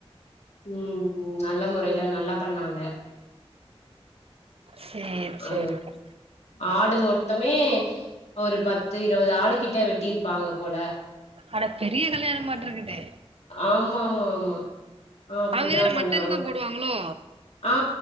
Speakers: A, on the left; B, on the right.
A: ம் ம் நல்ல முறைல நல்லா பண்ணாங்க
B: சேரி சேரிங்க
A: அ ஆடு மொத்தமே ஒரு பத்து இருவது ஆடு கிட்ட வெட்டியிருப்பாங்க போல
B: அட பெரிய கல்யாண மாட்டிருக்குது
A: ஆமா ஆமா ஆமா ஆ அப்டிதா
B: அவங்க இதுல ம
A: பண்ணுவாங்க
B: மட்டன் தா போடுவாங்களோ
A: ஆ